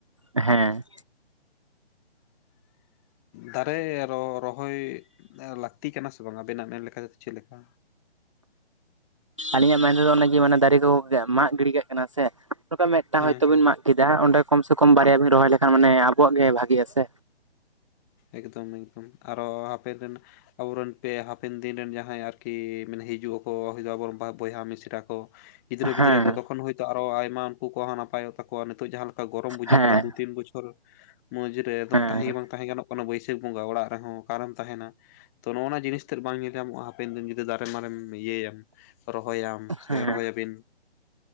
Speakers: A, on the right (about 30°); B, on the left (about 15°).
A: ᱦᱮᱸᱻ
B: ᱫᱟᱨᱮ ᱟᱨᱦᱚᱸ ᱨᱚᱦᱚᱭᱼᱼ ᱞᱟᱹᱠᱛᱤ ᱠᱟᱱᱟ ᱥᱮ ᱵᱟᱝ ᱟᱵᱮᱱᱟᱜ ᱢᱮᱱ ᱞᱮᱠᱟ ᱛᱮᱫᱚ ᱪᱮᱫ ᱞᱮᱠᱟ
A: ᱟᱹᱞᱤᱧᱟᱜ ᱢᱮᱱᱛᱮᱫᱚ ᱚᱱᱮ ᱢᱟᱱᱮ ᱫᱟᱨᱮ ᱠᱚ ᱢᱟᱜ ᱜᱤᱰᱤ ᱠᱟᱜ ᱠᱟᱱᱟ ᱥᱮ ᱱᱚᱝᱠᱟ ᱢᱤᱫᱴᱟᱝ
B: ᱦᱮᱸ
A: ᱦᱚᱭᱛᱚ
B: ᱦᱮᱸ
A: ᱵᱤᱱ ᱢᱟᱜ, ᱠᱮᱫᱟ ᱚᱸᱰᱮ ᱠᱚᱢ ᱥᱮ ᱠᱚᱢ ᱵᱟᱨᱭᱟ ᱵᱤᱱ ᱨᱚᱦᱚᱭ ᱞᱮᱠᱷᱟᱱ ᱢᱟᱱᱮ ᱟᱵᱚᱣᱟᱜ ᱜᱮ ᱵᱷᱟᱜᱤᱜ-ᱟ ᱥᱮ
B: ᱮᱠᱫᱚᱢᱼᱮᱠᱫᱚᱢ ᱟᱨᱦᱟᱸ ᱟᱯᱮ ᱨᱮᱱ ᱟᱵᱚᱱ ᱯᱮ ᱦᱟᱯᱮᱱ ᱫᱤᱱ ᱨᱮᱱ ᱡᱟᱦᱟᱸᱭ ᱟᱨᱠᱤ ᱢᱟᱱᱮ ᱦᱤᱡᱩᱜ ᱟᱠᱚ ᱟᱵᱚᱨᱮᱱ ᱵᱚᱭᱦᱟ ᱢᱤᱥᱨᱟ ᱠᱚ ᱜᱤᱫᱽᱨᱟᱹ ᱯᱤᱫᱽᱨᱟᱹ
A: ᱦᱮᱸ
B: ᱠᱚ ᱛᱚᱠᱷᱚᱱ ᱦᱚᱭᱛᱚ ᱟᱨᱚ ᱟᱭᱢᱟ ᱩᱱᱠᱩ ᱠᱚ ᱦᱚᱸ ᱱᱟᱯᱚᱭ ᱛᱟᱠᱚᱣᱟ ᱱᱤᱛᱚᱜ ᱡᱟᱦᱟᱸ ᱞᱮᱠᱟ ᱜᱚᱨᱚᱢ ᱵᱩᱡᱷᱟᱹᱜ
A: ᱦᱮᱸ
B: ᱠᱟᱱᱟ ᱫᱩ ᱛᱤᱱ ᱵᱚᱪᱷᱚᱨ ᱢᱚᱸᱡᱽ ᱨᱮ ᱮᱠᱫᱚᱢ
A: ᱦᱮᱸ
B: ᱛᱟᱦᱮᱸ ᱜᱮ ᱵᱟᱝ ᱛᱟᱦᱮᱸ ᱜᱟᱱᱚᱜ-ᱟ ᱵᱟᱹᱭᱥᱟᱹᱠᱷ ᱵᱚᱸᱜᱟ ᱚᱲᱟᱜ ᱨᱮᱦᱮ ᱚᱠᱟᱨᱮᱢ ᱛᱟᱦᱮᱱᱟ ᱛᱚ ᱱᱚᱜᱱᱟ ᱡᱤᱱᱤᱥ ᱛᱮᱫ ᱵᱟᱝ ᱧᱮᱞ ᱧᱚᱜ ᱦᱟᱯᱮᱱ ᱫᱤᱱ ᱡᱩᱫᱤᱢ ᱫᱟᱨᱮ ᱢᱟᱨᱮᱢ ᱤᱭᱟᱹᱭᱟᱢ ᱨᱚᱦᱚᱭᱟᱢ ᱥᱮ
A: ᱦᱮᱸ
B: ᱨᱚᱦᱚᱭ ᱟᱵᱤᱱ